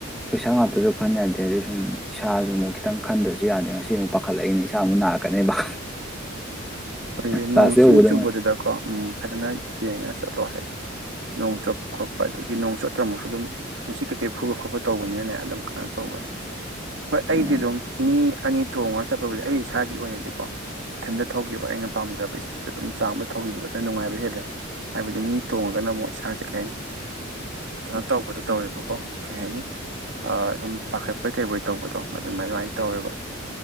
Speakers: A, in the centre; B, on the right.
A: ꯄꯩꯁꯥ ꯉꯥꯛꯇꯁꯨ ꯈꯟ ꯌꯥꯗꯦ ꯑꯗꯩ ꯁꯨꯝ ꯏꯁꯥꯁꯨ ꯑꯃꯨꯛ ꯈꯤꯇꯪ ꯈꯟꯗꯁꯨ ꯌꯥꯗꯦ ꯉꯁꯤ ꯑꯃꯨꯛ ꯄ ꯄꯈꯠꯂꯛꯏꯅꯦ ꯏꯁꯥꯃꯛꯨꯛ ꯅꯥꯔꯛꯀꯅꯦꯕ
B: ꯍꯣꯏꯁ
A: ꯀ꯭ꯂꯥꯁ
B: ꯅꯣꯡ ꯁꯤꯡ
A: ꯌꯧꯕꯗꯅꯦ
B: ꯆꯨꯕꯗꯨꯗꯀꯣ ꯎꯝ ꯐꯖꯅ ꯌꯦꯡꯉ ꯆꯠꯂꯣ ꯍꯥꯏ ꯅꯣꯡ ꯆꯣꯞ ꯈꯣꯠꯄ ꯑꯗꯒꯤ ꯅꯣꯡꯆꯣꯨꯞ ꯅꯠꯇ꯭ꯔꯃꯨꯛꯁꯨ ꯑꯗꯨꯝ ꯅꯨꯡꯁꯤꯠ ꯀꯩꯀꯩ ꯐꯨꯕ ꯈꯣꯠꯄ ꯇꯧꯕꯅꯤꯅꯅꯦ ꯑꯗꯨꯝ ꯀꯩꯅꯣ ꯇꯧꯕꯅꯤ ꯍꯣꯏ ꯑꯩꯗꯤ
A: ꯎꯝ
B: ꯑꯗꯨꯝ ꯃꯤ ꯑꯅꯤ ꯇꯣꯡꯉꯒ ꯆꯠꯄꯕꯨꯗꯤ ꯑꯩ ꯏꯁꯥꯒꯤ ꯑꯣꯏꯅꯗꯤꯀꯣ ꯏꯊꯟꯇ ꯊꯧꯒ ꯈꯤꯕ ꯑꯩꯅ ꯄꯥꯝꯖꯕ ꯏꯁꯄꯤꯠꯇꯣ ꯑꯗꯨꯝ ꯆꯥꯝꯃ ꯊꯧꯈꯤꯕꯗꯣ ꯑꯗꯨꯝ ꯅꯨꯡꯉꯥꯏꯕ ꯍꯦꯜꯂꯦ ꯍꯥꯏꯕꯗꯤ ꯃꯤ ꯇꯣꯡꯉꯒꯅ ꯑꯃꯨꯛ ꯏꯁꯥꯁꯦ ꯀꯩ ꯍꯥꯏꯅꯤ ꯀꯩꯅꯣ ꯇꯧꯕꯗꯣ ꯇꯧꯋꯦꯕꯀꯣ ꯀꯩ ꯍꯥꯏꯅꯤ ꯑꯗꯨꯝ ꯄꯥꯈꯠꯄꯣꯏ ꯀꯩꯕꯣꯏ ꯇꯧꯕꯗꯣ ꯑꯗꯨꯃꯥꯏ ꯑꯗꯨꯃꯥꯏꯅ ꯇꯧꯋꯦꯕ